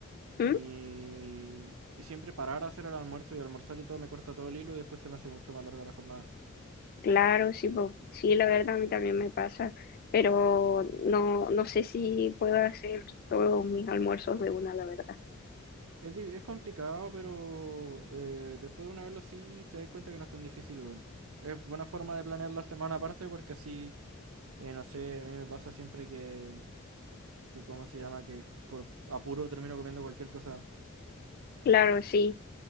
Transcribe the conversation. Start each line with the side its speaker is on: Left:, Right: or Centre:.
Left: ¿Mm?
Right: y, y siempre parar a hacer el almuerzo y almorzar y todo me corta todo el hilo y después se me hace mucho más larga la jornada.
Left: Claro, sí, po. Sí, la verdad a mí también me pasa, pero no, no sé si puedo hacer todos mis almuerzos de una, la verdad.
Right: Es, di- es complicado, pero eh, después de una vez lo sí, te das cuenta que no es tan difícil, weón. Es buena forma de planear la semana aparte porque así, eh, no sé, a mí me pasa siempre que, que, ¿cómo se llama? Que por apuro termino comiendo cualquier cosa.
Left: Claro, sí,